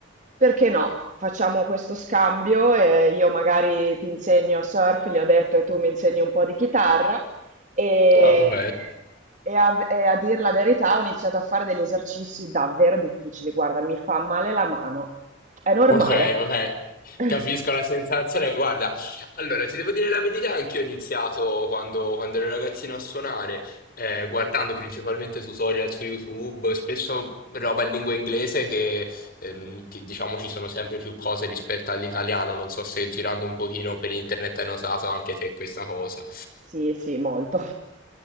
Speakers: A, on the right; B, on the left.
A: Perché no? Facciamo questo scambio e io magari ti insegno surf, gli ho detto, e tu mi insegni un po' di chitarra. E,
B: Ah, ok.
A: e a, e a dir la verità, ho iniziato a fare degli esercizi davvero difficili. Guarda, mi fa male la mano. È normale?
B: Ok, ok.
A: <laughs>
B: Capisco la sensazione. Guarda, allora ti devo dire la verità, anch'io ho iniziato quando, quando ero ragazzino a suonare, eh, guardando principalmente tutorial su YouTube, spesso roba in lingua inglese che, ehm, che, diciamo ci sono sempre più cose rispetto all'italiano. Non so se girando un pochino per internet hai notato anche te questa cosa.
A: Sì, sì, molto.